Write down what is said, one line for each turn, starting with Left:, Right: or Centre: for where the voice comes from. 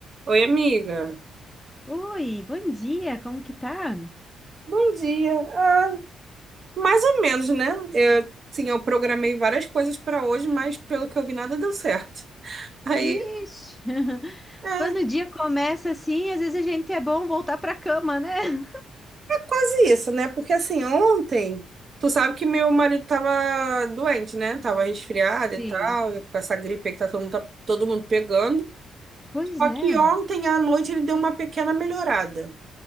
Right: Oi, amiga.
Centre: Oi, bom dia, como que tá?
Right: Bom dia. Ah, mais ou menos, né? Eu, sim, eu programei várias coisas para hoje, mas pelo que eu vi, nada deu certo. Aí,
Centre: Ixi, <laughs>
Right: é,
Centre: Quando o dia começa assim, às vezes a gente é bom voltar pra cama, né?
Right: é quase isso, né? Porque assim, ontem, tu sabe que meu marido tava doente, né? Tava resfriado e
Centre: sim.
Right: tal, com essa gripe aí que tá todo mundo, tá todo mundo pegando.
Centre: Pois
Right: Só
Centre: é.
Right: que ontem à noite ele deu uma pequena melhorada.